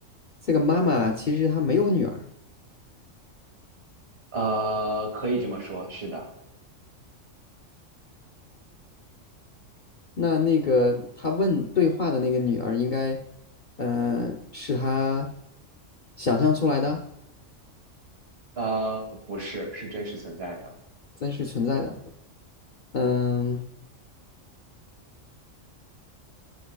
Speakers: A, on the left; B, on the right.
A: 这个妈妈其实她没有女儿？
B: 呃，可以这么说，是的，
A: 那那个她问对话的那个女儿，应该，嗯，是她想象出来的，
B: 呃，不是，是真实存在的。
A: 真实存在的。嗯，